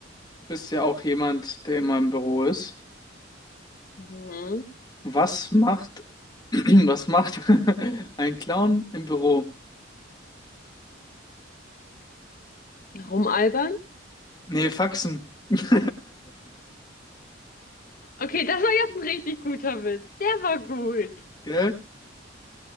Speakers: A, on the left; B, on the left.
A: Bist ja auch jemand, der immer im Büro ist.
B: Mhm.
A: Was macht, <clears throat> was macht <laughs> ein Clown im Büro?
B: Warum, Alba?
A: Nee, Faxen. <laughs>
B: Okay, das war jetzt ein richtig guter Witz. Der war gut.
A: Gell?